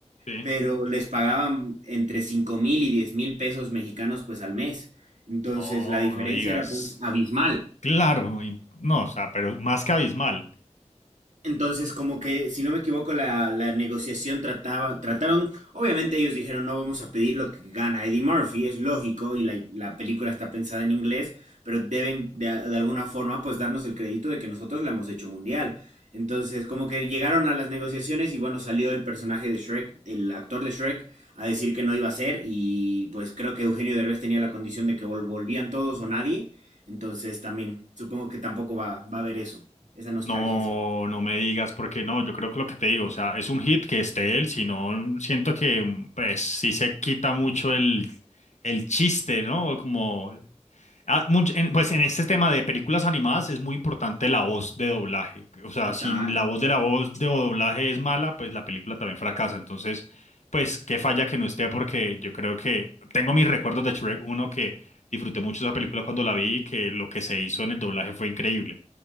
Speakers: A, on the left; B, on the right.
A: Sí.
B: pero les pagaban entre cinco mil y diez mil pesos mexicanos pues al mes, entonces
A: No,
B: la diferencia
A: no digas.
B: era pues abismal.
A: Claro, in- no, o sea, pero más que abismal.
B: Entonces, como que, si no me equivoco, la, la negociación trataba, trataron, obviamente ellos dijeron, no vamos a pedir lo que gana Eddie Murphy, es lógico, y la, la película está pensada en inglés, pero deben de, de alguna forma, pues, darnos el crédito de que nosotros la hemos hecho mundial. Entonces, como que llegaron a las negociaciones y bueno, salió el personaje de Shrek, el actor de Shrek, a decir que no iba a ser y pues creo que Eugenio Derbez tenía la condición de que vol- volvían todos o nadie. Entonces, también supongo que tampoco va, va a haber eso, esa nostalgia.
A: No, no me digas, porque no, yo creo que lo que te digo, o sea, es un hit que esté él, si no, siento que, pues, sí se quita mucho el, el chiste, ¿no? Como Ah, much- en- pues en este tema de películas animadas es muy importante la voz de doblaje. O sea,
B: Total.
A: sin la voz de la voz de doblaje es mala, pues la película también fracasa. Entonces, pues qué falla que no esté, porque yo creo que tengo mis recuerdos de Shrek uno que disfruté mucho esa película cuando la vi y que lo que se hizo en el doblaje fue increíble.